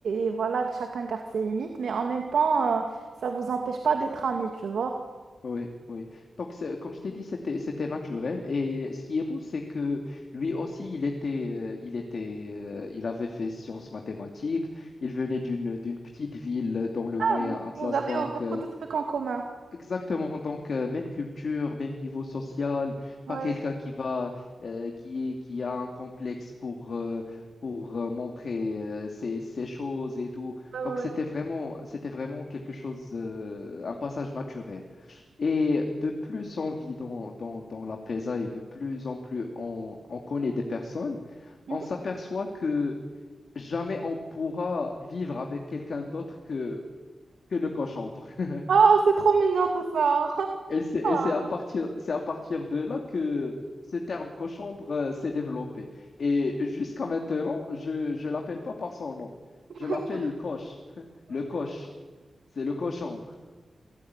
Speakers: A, on the right; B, on the left.
A: et voilà, que chacun garde ses limites, mais en même temps, euh, ça vous empêche pas d'être amis, tu vois.
B: Oui, oui. Donc, c'est- comme je t'ai dit, c'était, c'était naturel. Et ce qui est beau, c'est que lui aussi, il était, euh, il était, euh, il avait fait sciences mathématiques. Il venait d'une, d'une petite ville dans le
A: Ah,
B: Moyen Atlas.
A: vous avez
B: Donc,
A: euh, beaucoup
B: euh,
A: de trucs en commun.
B: exactement. Donc, euh, même culture, même niveau social.
A: Ouais,
B: Pas quelqu'un qui va, euh, qui est, qui a un complexe pour, euh, pour euh, montrer euh, ses, ses choses et tout.
A: ouais, ouais.
B: Donc, c'était
A: ouais.
B: vraiment, c'était vraiment quelque chose, euh, un passage naturel. Et de plus on vit dans, dans, dans la PESA et de plus en plus on, on connaît des personnes,
A: Mhm.
B: on s'aperçoit que jamais on pourra vivre avec quelqu'un d'autre que, que le cochambre. <laughs>
A: Oh, c'est trop mignon tout ça. <laughs>
B: Et c'est et
A: Ah,
B: c'est à partir, c'est à partir de là que ce terme cochambre euh, s'est développé. Et jusqu'à maintenant, je ne l'appelle pas par son nom.
A: <laughs>
B: Je l'appelle
A: tu-
B: le coche. <laughs> Le coche. C'est le cochambre.